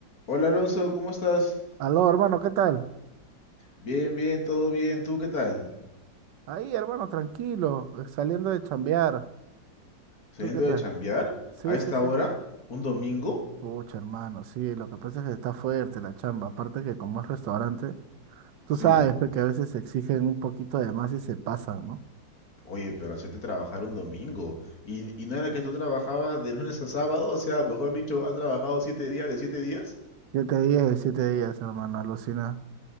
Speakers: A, on the left (about 50°); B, on the right (about 70°).
A: Hola Alonso, ¿cómo estás?
B: Aló, hermano, ¿qué tal?
A: Bien, bien, todo bien. ¿Tú qué tal?
B: Ahí, hermano, tranquilo, eh, saliendo de chambear.
A: ¿Saliendo
B: ¿Tú qué tal?
A: de chambear?
B: Sí,
A: ¿A esta
B: sí, sí.
A: hora? ¿Un domingo?
B: Pucha, hermano, sí, lo que pasa es que está fuerte la chamba. Aparte que como es restaurante, tú
A: Sí.
B: sabes pe, que a veces se exigen un poquito de más y se pasan, ¿no?
A: Oye, pero hacerte trabajar un domingo. ¿Y, y no era que tú trabajabas de lunes a sábado? O sea, mejor dicho, ¿has trabajado siete días de siete días?
B: Siete días de siete días, hermano, alucina.